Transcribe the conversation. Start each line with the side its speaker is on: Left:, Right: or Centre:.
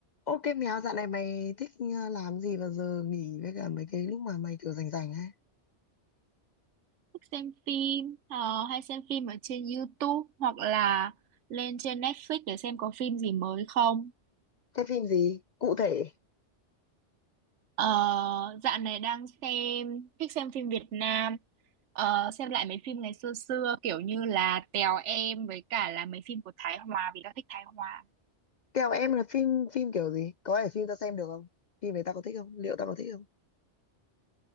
Left: Ô cái mèo dạo này mày thích ờ, làm gì vào giờ nghỉ với cả mấy cái lúc mà mày kiểu rảnh rảnh ấy?
Right: thích xem phim ờ, hay xem phim ở trên YouTube hoặc là lên trên Netflix để xem có phim gì mới không
Left: Cái phim gì? Cụ thể.
Right: ờ, dạo này đang xem thích xem phim Việt Nam ờ, xem lại mấy phim ngày xưa xưa kiểu như là Tèo Em với cả là mấy phim của Thái Hòa vì tao thích Thái Hòa
Left: Kèo em là phim phim kiểu gì? Có phải phim tao xem được không? Phim này tao có thích không? Liệu tao có thích không?